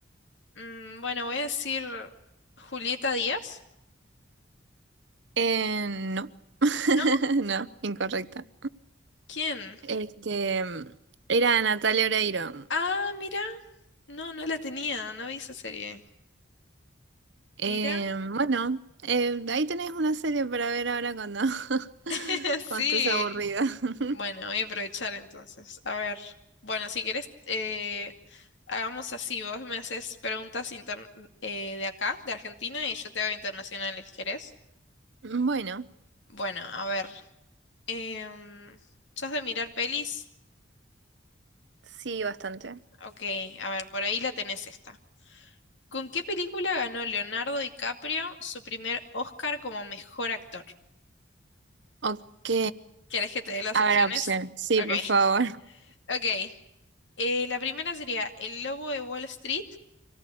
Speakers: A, on the left (about 70°); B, on the right (about 65°).
A: Mm, bueno, voy a decir Julieta Díaz.
B: Eh, no. <laughs>
A: ¿No?
B: No, incorrecta.
A: ¿Quién?
B: Este, era Natalia Oreiro.
A: Ah, mira. No, no la tenía, no vi esa serie.
B: Eh,
A: Mira.
B: bueno, eh, ahí tenés una serie para ver ahora cuando, <laughs>
A: <laughs> Sí.
B: cuando estés aburrida. <laughs>
A: Bueno, voy a aprovechar entonces. A ver. Bueno, si querés, eh, hagamos así. Vos me haces preguntas inter- eh, de acá, de Argentina, y yo te hago internacionales, ¿querés?
B: Bueno,
A: Bueno, a ver. em, ¿sos de mirar pelis?
B: sí, bastante.
A: Ok, a ver, por ahí la tenés esta. ¿Con qué película ganó Leonardo DiCaprio su primer Oscar como mejor actor?
B: Ok.
A: ¿Querés que te dé las
B: A
A: opciones?
B: ver, opción. Sí,
A: Ok,
B: por favor.
A: <laughs> ok. Eh, la primera sería El Lobo de Wall Street,